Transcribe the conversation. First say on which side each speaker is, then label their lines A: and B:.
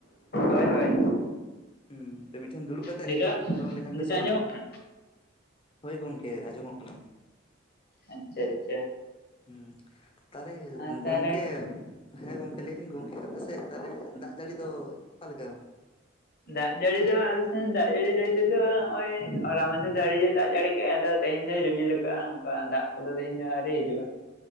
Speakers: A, on the left; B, on the left.
A: ᱦᱳᱭ ᱦᱳᱭ
B: ᱦᱩᱸᱛᱚ ᱢᱤᱫᱴᱷᱮᱱ ᱫᱩᱲᱩᱵ ᱠᱟᱛᱮᱜ
A: ᱱᱤᱛᱚᱜ
B: ᱨᱚᱲ ᱞᱮᱠᱷᱟᱱ
A: ᱱᱤᱛᱚᱜ
B: ᱵᱮᱥᱚᱜᱼᱟ
A: ᱟᱸᱡᱚᱢᱚᱜ ᱠᱟᱱᱟ
B: ᱦᱳᱭ ᱜᱚᱝᱠᱮ ᱟᱸᱡᱚᱢᱚᱜ ᱠᱟᱱᱟ
A: ᱟᱪᱪᱷᱟ ᱟᱪᱪᱷᱟ
B: ᱦᱩᱸ ᱛᱟᱦᱚᱞᱮ
A: ᱟᱨ ᱛᱟᱦᱚᱞᱮ
B: ᱜᱚᱝᱠᱮ ᱦᱮᱸ ᱜᱚᱝᱠᱮ ᱞᱟᱹᱭᱫᱟᱹᱧ ᱜᱚᱝᱠᱮ ᱟᱯᱮᱥᱮᱜ ᱛᱟᱦᱚᱞᱮ ᱫᱟᱜ ᱡᱟᱹᱲᱤ ᱫᱚ ᱚᱠᱟᱞᱮᱠᱟ
A: ᱫᱟᱜ ᱡᱟᱹᱲᱤ ᱫᱚ ᱟᱞᱮ ᱥᱮᱱ ᱫᱟᱜ ᱡᱟᱹᱲᱤ ᱞᱟᱹᱭ ᱛᱮ ᱫᱚ ᱱᱚᱜᱭ ᱦᱚᱞᱟᱜ ᱢᱟᱦᱫᱷᱮᱨ ᱟᱲᱤᱭᱮᱫᱟᱜ ᱡᱟᱹᱲᱤ ᱜᱚᱝᱠᱮ ᱟᱫᱚ ᱛᱮᱦᱮᱧ ᱫᱚᱭ ᱨᱤᱢᱤᱞ ᱟᱠᱟᱜᱼᱟ ᱚᱱᱠᱟ ᱫᱟᱜ ᱠᱚᱫᱚ ᱛᱮᱦᱮᱧ ᱫᱚ ᱟᱹᱣᱨᱤ ᱦᱤᱡᱩᱜᱼᱟ